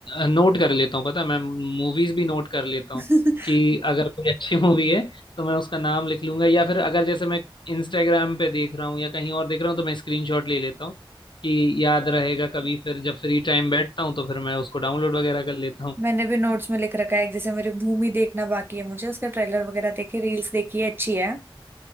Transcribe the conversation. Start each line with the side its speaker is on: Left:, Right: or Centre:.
Left: नोट कर लेता हूँ पता है मैं मूवीज भी नोट कर लेता
Right: <laughs>
Left: हूँ कि अगर कोई अच्छी <laughs> मूवी है तो मैं उसका नाम लिख लूंगा या फिर अगर जैसे मैं इंस्टाग्राम पे देख रहा हूँ या कहीं और देख रहा हूँ तो मैं स्क्रीनशॉट ले लेता हूँ कि याद रहेगा कभी फिर जब फ्री टाइम बैठता हूँ तो फिर मैं उसको डाउनलोड वगैरह कर लेता हूँ
Right: मैंने भी नोट्स में लिख रखा है जैसे मेरी भूमि देखना बाकी है मुझे उसका ट्रेलर वगैरह देखे रील्स देखी है अच्छी है